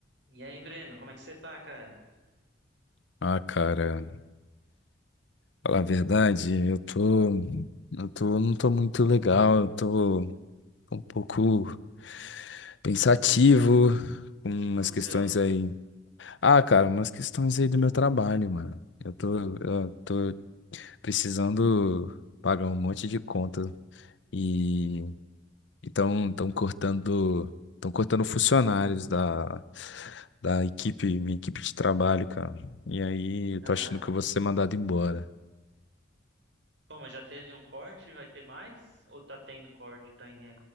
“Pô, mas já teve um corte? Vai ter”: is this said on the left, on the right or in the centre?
Right